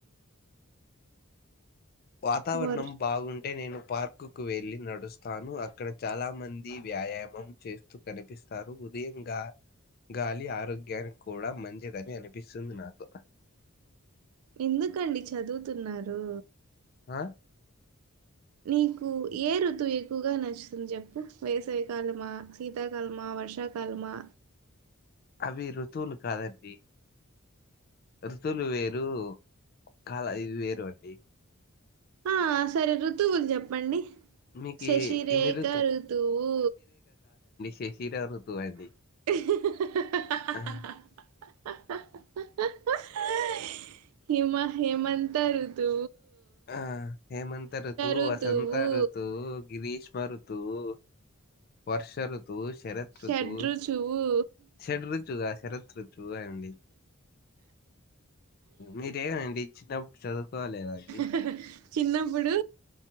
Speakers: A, on the left; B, on the right.
A: వాతావరణం
B: వర్
A: బాగుంటే నేను పార్క్ కు వెళ్ళి నడు స్తాను అక్కడ చాలా మంది వ్యాయామం చేస్తూ కనిపిస్తారు ఉదయం గాలి ఆరోగ్యానికి కూడా మంచిదని అనిపిస్తుంది నాకు
B: ఎందుకండి చదువుతున్నారు
A: ఆ
B: నీకు ఏ ఋతువు ఎక్కువగా నచ్చుతుంది చెప్పు వేసవికాలమా శీతాకాలమా వర్షాకాలమా
A: అవి ఋతువులు కాదండి ఋతువులు వేరు కాల ఇది వేరు అండి
B: ఆ సరే ఋతువులు చెప్పండి
A: మీకి
B: శశిరేఖ
A: ఎన్ని ఋతు
B: ఋతువు
A: శషీరఋతు అండి
B: <unintelligible>
A: ఆ.
B: హిమ హేమంత ఋతూ
A: ఆ హేమంత రుతువు
B: ఋతువు
A: వసంత రుతువు గ్రీష్ మ ఋతువు వర్ష ఋ తువు షరత్
B: షడ్రుచువు
A: ఋతువు షడ్ రుచుగా ఋత్రృ చూ అండి మీరేగండి చిన్నప్పుడు చదువు కోలేద ఇది
B: <unintelligible> చిన్నప్పుడు